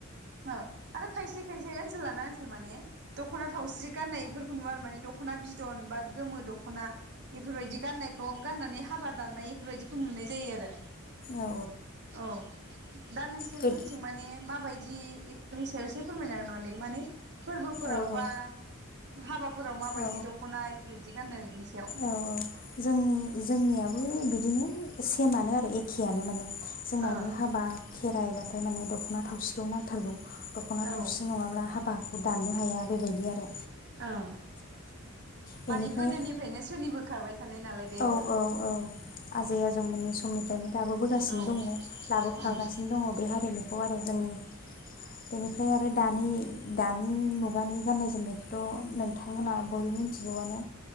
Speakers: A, on the right; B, on the left.
A: ओ आरो खायसे खायसे ओनसोल लाना ओनसोल माने दख'ना थावसि गाननाय इफोरखौ नुवा आरो माने दख'ना बिदन बा गोमो दख'ना बइफोरबायदि गाननायखौ गाननानै हाबा दाननाय बइफोरबायदिखौ नुनाय जायो आरो
B: औ
A: औ। दा नोंसोर
B: गोद
A: उनथिं माने माबायद दि इफोरनि सायाव एसे फोरमायनो हागोन नामा <unintelligible> माने फोरबोफोराव
B: औ औ
A: बा हाबाफोराव माबायदि
B: औ
A: दख'ना इफोरबायदि गाननो बिनि सायाव।
B: औ औ जोंनि जोंनियाबो बिदिनो सेमानो आरो एखेआनो माने। जोंनाबो
A: ओ
B: हाबा खेराइबाथाय माने दख'ना थावसिखौ नांथारगौ। दख'ना
A: औ
B: थावसि नङाब्ला हाबाखौ दाननो हाया बेबायदि आरो।
A: ओं
B: बेनिफ्राय
A: माने गोदोनिफ्रायनो सोलिबोखाबाय थानाय नालाय बेयो
B: औ औ औ आजै आजौमोननि समनिफ्रायनो दाबो बोगासिनो
A: औ
B: दङ लाबोफागासिनो
A: उम
B: दङ बे हारिमुखौ आरो जोंनि बेनिफ्राय आरो दानि दानि मुगानि गाननाय जोमनायखौथ' नोंथांमोना बयबो मिथिगौआनो।